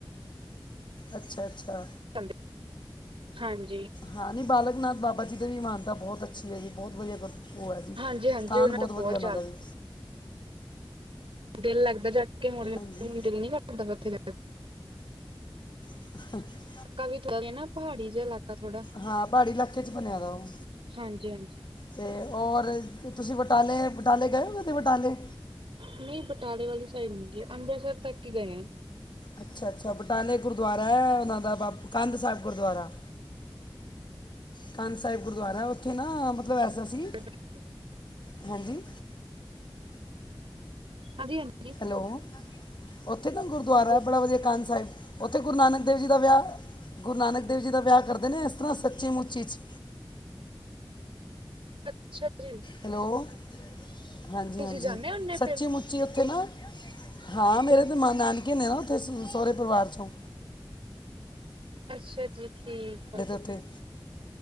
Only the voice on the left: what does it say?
ਅੱਛਾ-ਅੱਛਾ।
ਹਾਂ ਨਈ ਬਾਲਕ ਨਾਥ ਬਾਬਾ ਜੀ ਦੇ ਵੀ ਮਾਨਤਾ ਬੋਤ ਅੱਛੀ ਐ ਜੀ ਬੋਤ ਵਧੀਆ ਗੁਰ ਓ ਐ ਜੀ,
ਥਾਨ
ਬੋਤ
ਵਧੀਆ ਉਨਾਂ
ਦਾ ਵੀ।
ਹਾਂਜੀ
<unintelligible>
ਹਾਂ ਪਹਾੜੀ ਇਲਾਕੇ 'ਚ ਬਣਿਆ ਦਾ ਓ।
'ਤੇ ਔਰ ਤੁਸੀਂ ਬਟਾਲੇ, ਬਟਾਲੇ ਗਏ ਓ ਕਦੀ ਬਟਾਲੇ?
ਅੱਛਾ-ਅੱਛਾ ਬਟਾਲੇ ਗੁਰਦੁਆਰਾ ਐ ਉਨਾਂ ਦਾ ਬਪ ਕੰਧ ਸਾਅਬ ਗੁਰਦੁਵਾਰਾ। ਕੰਧ ਸੇਅਬ ਗੁਰਦੁਆਰਾ ਉੱਥੇ ਨਾ ਮਤਲਬ ਐਸਾ ਸੀ
ਹੈਂ ਜੀ।
ਹੈਲੋ, ਉੱਥੇ ਨਾ ਗੁਰਦੁਆਰਾ
ਐ ਬੜਾ ਵਧੀਆ ਕੰਧ ਸਾਇਬ ਉੱਥੇ ਗੁਰੂ ਨਾਨਕ ਦੇਵ ਜੀ ਦਾ ਵੇਆ, ਗੁਰੂ ਨਾਨਕ ਦੇਵ ਜੀ ਦਾ ਵੇਆ ਕਰਦੇ ਨੇ ਏਸ ਤਰਾਂ ਸੱਚੀ ਮੁੱਚੀ 'ਚ।
ਹੈਲੋ, ਹਾਂਜੀ-ਹਾਂਜੀ
ਸੱਚੀ
ਮੁੱ ਚੀ ਉੱਥੇ ਨਾ, ਹਾਂ ਮੇਰੇ 'ਤੇ ਮ ਨਾਨਕੇ ਨੇ ਨਾ ਉਥੇ ਸ ਸੌਰੇ ਪਰਿਵਾਰ ਚੋਂ।
ਉਥੇ